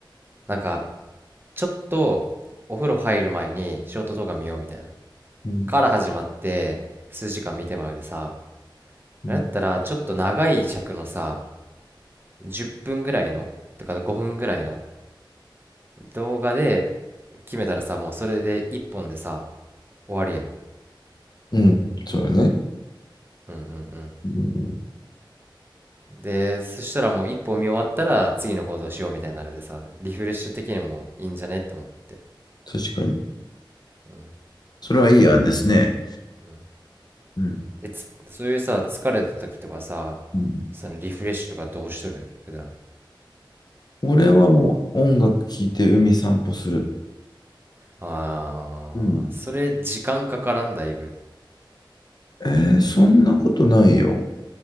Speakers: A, on the right; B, on the left.
A: なんか、ちょっとお風呂入る前にショート動画見ようみたいな。
B: う
A: から始まって、数時間見てまうでさ、だったら、
B: ん、
A: ちょっと長い尺のさ、10分ぐらいの、とか5分ぐらいの動画で決めたらさ、もうそれで1本でさ、終わるやん。
B: うん。そうだね。
A: うんうんうん。
B: うん、うん
A: で、そしたらもう一本見終わったら次の行動しようみたいになるでさ、リフレッシュ的にもいいんじゃねって思って。
B: 確かに。
A: うん
B: それはいい案ですね。
A: うん
B: うん。
A: え、つ、そういうさ、疲れた時とかさ、
B: うん
A: そのリフレッシュとかどうしとる普段。
B: 俺はもう音楽聴いて海散歩する。
A: ああ、
B: うん。
A: それ時間かからんだいぶ。
B: えーそんなことないよ。